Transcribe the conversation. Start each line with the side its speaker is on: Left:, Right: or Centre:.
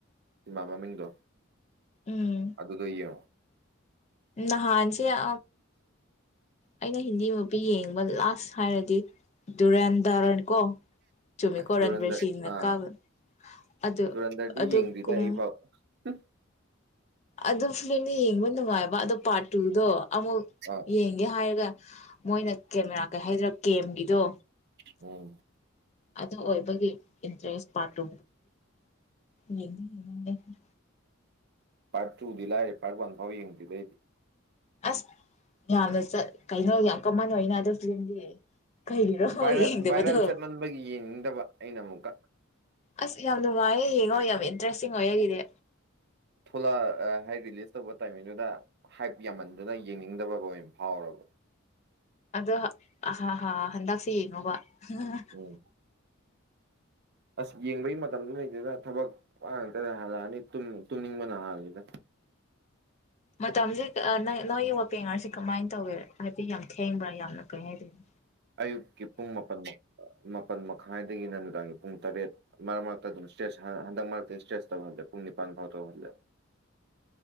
Right: ꯏꯃꯥ ꯃꯃꯤꯡꯗꯣ
Left: ꯎꯝ
Right: ꯑꯗꯨꯗ ꯌꯦ
Left: ꯅꯍꯥꯟꯁꯦ ꯑ ꯑꯩꯅ ꯍꯤꯟꯗꯤ ꯃꯄꯤ ꯌꯦꯡꯕ ꯂꯥꯁ ꯍꯥꯏꯔꯗꯤ ꯗꯨꯔꯦꯟꯗꯔꯅꯤꯀꯣ ꯆꯨꯝꯃꯤꯀꯣ
Right: ꯑ ꯗꯨꯨꯔꯟꯗꯔ
Left: ꯔꯟꯕꯤꯔ ꯁꯤꯡꯅ
Right: ꯑꯥ
Left: ꯀꯥꯕ ꯑꯗꯨ
Right: ꯗꯨꯨꯔꯟꯗꯔꯗꯤ
Left: ꯑꯗꯨꯒꯨꯝ
Right: ꯌꯦꯡꯗ꯭ꯗ ꯑꯩꯐꯥꯎ ꯎꯝ
Left: ꯑꯗꯨ ꯐꯤꯜꯂꯤ ꯌꯦꯉꯣꯟ ꯅ ꯃꯥ ꯑꯗꯣ ꯄꯥꯔꯠ ꯇꯨꯗꯣ ꯑꯃꯨꯛ
Right: ꯑꯥ
Left: ꯌꯦꯡꯒꯦ ꯍꯥꯏꯔꯒ ꯃꯣꯏꯅ ꯀꯦꯃꯦꯔꯥ ꯀꯩ ꯍꯥꯏꯗ꯭ꯔꯥ ꯀꯦꯝꯒꯤꯗꯣ
Right: ꯎꯝ
Left: ꯑꯗꯨ ꯑꯣꯏꯕꯒꯤ ꯏꯟꯇ꯭ꯔꯦꯁ ꯄꯥꯔꯠꯇꯨ <inaudible>
Right: ꯄꯥꯔꯠ ꯇꯨꯗꯤ ꯂꯥꯏꯔꯦ ꯄꯥꯔꯠ ꯋꯥꯟ ꯐꯥꯎ ꯌꯦꯡꯗ꯭ꯔꯤꯗ ꯑꯩꯗꯤ
Left: ꯑꯁ ꯌꯥꯝꯅ ꯆꯠ ꯀꯩꯅꯣ ꯌꯥꯝ ꯀꯃꯟ ꯑꯣꯏꯅ ꯑꯗꯨ ꯐꯤꯂꯝꯗꯤ ꯀꯩꯒꯤꯔꯣ
Right: ꯚꯥꯏꯔ
Left: ꯌꯦꯡꯗꯕꯗꯣ
Right: ꯚꯥꯏꯔꯦꯜ ꯆꯠꯃꯟꯕꯒꯤ ꯌꯦꯡꯅꯤꯡꯗꯕ ꯑꯩꯅ ꯑꯃꯨꯛꯀ
Left: ꯑꯁ ꯌꯥꯝꯅꯅꯨꯡ ꯃꯥꯌꯦ ꯍꯦ ꯍꯣꯏ ꯌꯥꯝ ꯏꯟꯇ꯭ꯔꯦꯁꯇꯤꯡ ꯑꯣꯏ ꯑꯩꯒꯤꯗꯤ
Right: ꯊꯣꯛꯂꯛ ꯍꯥꯏ ꯔꯤꯂꯤꯁ ꯇꯧꯕ ꯇꯥꯏꯃꯤꯡꯗꯨꯗ ꯍꯥꯏꯞ ꯌꯥꯝꯃꯟꯗꯨꯅ ꯌꯦꯡꯅꯤꯡꯗꯕ ꯑꯣꯏꯅ ꯐꯥꯎꯔꯕ
Left: ꯑꯗꯣ ꯍꯥ ꯍꯥ ꯍꯟꯗꯛꯁꯦ ꯌꯦꯡꯉꯨꯕ <unintelligible>
Right: ꯎꯝ ꯑꯁ ꯌꯦꯡꯕꯒꯤ ꯃꯇꯝꯗꯨ ꯂꯩꯗꯦꯗ ꯊꯕꯛ ꯋꯥ ꯉꯇꯗ ꯍꯜꯂꯛꯑꯅꯤ ꯇꯨꯝꯅꯤꯡꯕꯅ ꯍꯜꯦꯗ
Left: ꯃꯇꯝꯁꯦ ꯑꯥ ꯅꯪ ꯅꯣꯏꯒꯤ ꯋꯥꯀꯤꯡ ꯑꯋꯥꯔꯁꯤ ꯀꯃꯥꯏꯅ ꯇꯧꯋꯦ ꯍꯥꯏꯗꯤ ꯌꯥꯝ ꯊꯦꯡꯕ꯭ꯔꯥ ꯌꯥꯝꯅ ꯐꯩ ꯍꯥꯏꯗꯣꯏꯅꯦ
Right: ꯑꯌꯨꯛꯀꯤ ꯄꯨꯡ ꯃꯥꯄꯜ ꯃꯥꯄꯜ ꯃꯈꯥꯏꯗꯒꯤꯅ ꯅꯨꯡꯗꯥꯡꯒꯤ ꯄꯨꯡ ꯇꯔꯦꯠ ꯃꯔꯛ ꯃꯔꯛꯇ ꯑꯗꯨꯝ ꯁꯇ꯭ꯔꯦꯆ ꯍꯟꯗꯛ ꯃꯔꯛꯇꯒꯤ ꯁꯇ꯭ꯔꯦꯆ ꯇꯧꯍꯜꯂꯦ ꯄꯨꯡ ꯅꯤꯄꯥꯟ ꯐꯥꯎ ꯇꯧꯍꯜꯂꯦ